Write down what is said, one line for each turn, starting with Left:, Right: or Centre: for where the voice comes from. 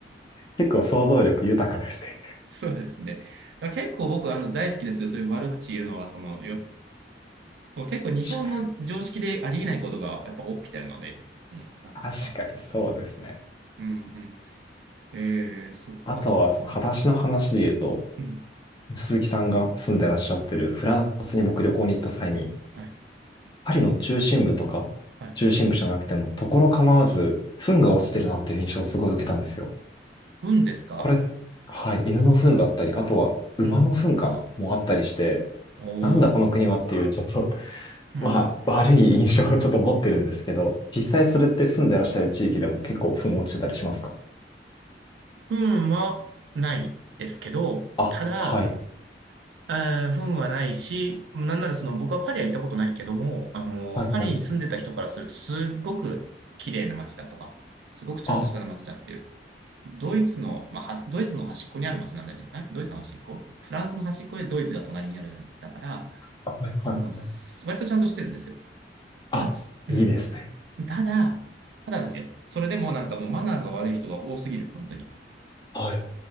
Left: 結構想像力豊かですね。
Right: そうですね。だから結構僕あの大好きですよ。そういう悪口言うのは、その、もう結構日本の常識でありえないことがやっぱ起きてるので、
Left: 確か
Right: うん、なかなか。
Left: に、確かにそうですね。
Right: うんうん。えー、そっかそっか。
Left: あとは、その裸足の話で言うと、
Right: うん。
Left: 鈴木さんが住んでらっしゃってるフランスに僕旅行に行った際に、
Right: はい。
Left: パリの中心部とか、
Right: はい。
Left: 中心部じゃなくても、ところ構わず、糞が落ちてるなっていう印象をすごい受けたんですよ。
Right: 運ですか。
Left: これ、はい、犬の糞だったり、あとは馬の糞かなもあったりして、
Right: うん。おー。
Left: なんだこの国はっていう、ちょっと、<laughs>
Right: うん。
Left: まあ、悪い印象をちょっと持ってるんですけど、実際それって住んでらっしゃる地域でも結構糞落ちてたりしますか
Right: 運はないですけど、
Left: あ、
Right: ただ、
Left: はい。
Right: えー、運はないし、なんならその僕はパリは行ったことないけども、あのーパリに住んでた人からするとすっごく綺麗な街だとか、
Left: はいはい。
Right: すごくちゃんとした街だっていう
Left: あ、は
Right: ドイツの、まあ、はドイツの端っこにある町なんだよね。あドイツの端っこフランスの端っこでドイツが隣にあるような町だから、
Left: いはいはい。
Right: その、割とちゃんとしてるんですよ。
Left: あ、
Right: ただ、うん。
Left: いいですね。
Right: ただ、ただですよ。それでもなんかもうマナーが悪い人が多すぎる、本当に。
Left: はい。